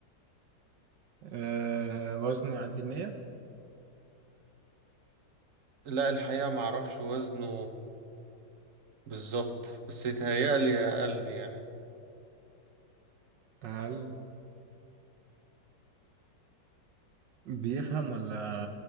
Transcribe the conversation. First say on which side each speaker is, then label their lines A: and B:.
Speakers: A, on the right; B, on the right.
A: آه وزنه يعدي المية
B: لا الحقيقة معرفش وزنه بالظبط بس يتهيألي أقل يعني
A: هل بيفهم ولا